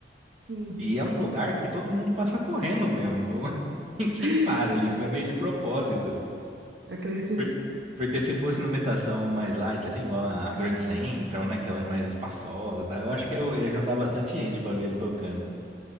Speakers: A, on the right; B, on the right.
A: Uhum.
B: E é um lugar que todo mundo passa correndo mesmo. não- <laughs> Ninguém
A: <laughs>
B: para ali. Foi meio de propósito.
A: Acredito.
B: Por- Porque se fosse numa estação mais light, assim, igual a a Grand Central, né? Que ela é mais espaçosa, tá? Eu acho que eu ia juntar bastante gente pra ver ele tocando.